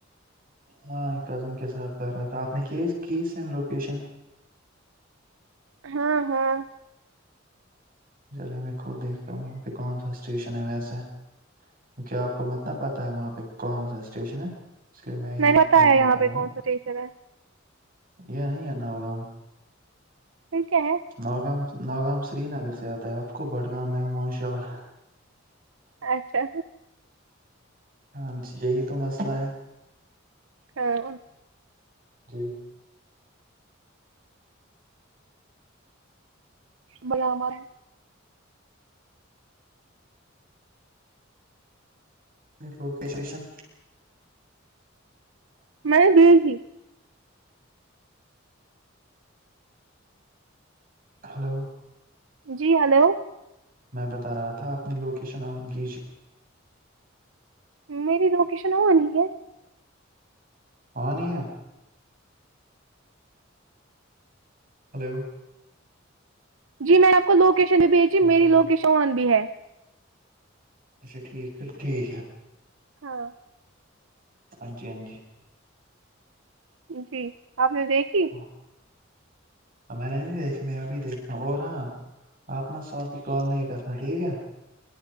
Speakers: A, on the right; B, on the right.
A: ہاں ایک کزم کے ساتھ کر رہا تھا آپ نے کی سینڈ لوکیشن
B: ہاں ہاں
A: چلئے میں خود دیکھتا ہوں وہاں پہ کونسا اسٹیشن ہے ویسے کی کیا آپ کو متنا پتہ ہے وہاں پہ کون سا اسٹیشن ہے اس لیے میں ہی آپ
B: نے بتایا
A: کو بتاتا
B: یہاں
A: ہوں
B: پہ کون سا اسٹیشن ہے
A: نہیں آنا ہوگا ہم
B: پھر کیا ہے
A: ناگام ناگام سری نگر سے آتا ہے آپ کو بڑگام ہے ماشاء اللہ
B: اچھا
A: ہاں جی یہی تو مسئلہ ہے
B: ا
A: جی
B: بناوا ہے
A: لوگ کیش کیشن
B: میں نے بی
A: ہلو
B: جی ہلو
A: میں بتا رہا تھا اپنی لوکیشن آن کیجیے
B: میری لوکیشن اؤن ہی ہے
A: پانییا ہلو
B: جی میں آپ کو لوکیشن بھی بھیجی
A: ہاں
B: میری لوکیشن
A: جی
B: ون بھی ہے
A: اچھا ٹھیک پھر ٹھیک ہے
B: ہاں
A: ہاں جی ہاں جی
B: جی آپ نے دیکھی
A: اوکے۔ میں نے نہیں دیکھ میں ابھی دیکھا ہوں اور ہاں آپنا ساتھ ہی کال نہیں کرنا ٹھیک ہے